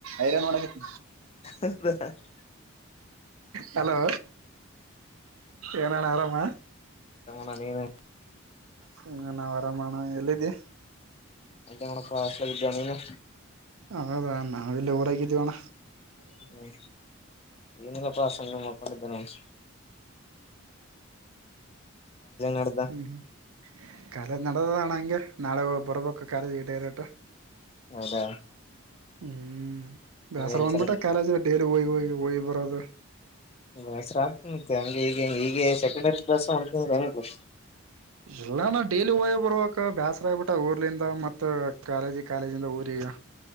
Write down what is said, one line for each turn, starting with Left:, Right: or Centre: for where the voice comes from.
Right: ಐರನ್ ಮಾಡಬೇಕು.
Left: ಹಲೋ
Right: ಹಲೋ ಏನಣ ಆರಾಮ.
Left: ಹು.
Right: ಹಗ ನಾವ್ ಆರಾಮಣ ಎಲ್ಲಿದ್ದಿ.
Left: ಅಣ ಕಾಸ ಲಗಿದ್ದ ನೀ ನ.
Right: ಹದಾ ನಾಳ ಊರಕ್ಕಿಣ.
Left: ಹ್ಮ್ ಏನೆಲ್ಲ ಪ್ರಾಸನ ಮಾಡ್ಕೊಂಡಿದ್ದೇ ನನ್. ನಡ್ದ
Right: ಹ್ಮ್್ಮ ಕಲೆ ನದದಣಂಗ. ನಾಳೆ ಬರ್ಬೇಕು ಕಾಲೇಜುಗೆ ಡೈರೆಕ್ಟ್.
Left: ಹೌದಾ.
Right: ಹ್ಮ್ ಬೇಸರ
Left: ಏನ್
Right: ಬಂದ್ಬಿಟ್ಟ
Left: ಚಲ
Right: ಕಾಲೇಜ್ ಡೇಲಿ ಹಯಿ ಹಯಿ ಹಯಿ ಬರೋದು.
Left: ದ ಹೆಸ್ರ ಆಗ್ತ ಮತ್ತೆ ಹಂಗ ಈಗ ಈಗೆ ಸೆಕೆಂಡರಿ ಕ್ಲಾಸ್ ಮಾಡೋಕ ಹೆಂಗು.
Right: ಎಲ್ಲ ನ ಡೈಲಿ ಹಓಯ್ ಬರ್ರುವಕ್ ಬೇಾಸರ ಆಗ್ಬಿಟ್ಟ ಊರ್ಲಿಂದ ಮತ್ತ ಕಾಲೇಜಿಗೆ. ಕಾಲೇಜಿಂದ ಊರಿಗೆ.